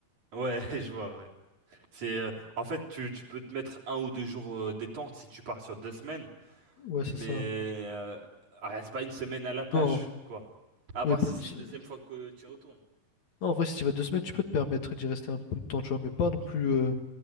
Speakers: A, on the right (about 60°); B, on the left (about 60°).
A: Ouais, <laughs> je vois. Ouais. C'est, euh, en fait, tu, tu peux te mettre un ou deux jours euh, détente si tu pars sur deux semaines,
B: Ouais, c'est
A: mais
B: ça.
A: euh, ah, reste pas une semaine à la plage,
B: Non,
A: quoi. À
B: oui,
A: part
B: pas
A: si c'est
B: une... se-
A: une deuxième fois que tu retournes.
B: Non, en vrai, si tu vas deux semaines, tu peux te permettre d'y rester un peu de temps, tu vois, mais pas non plus euh,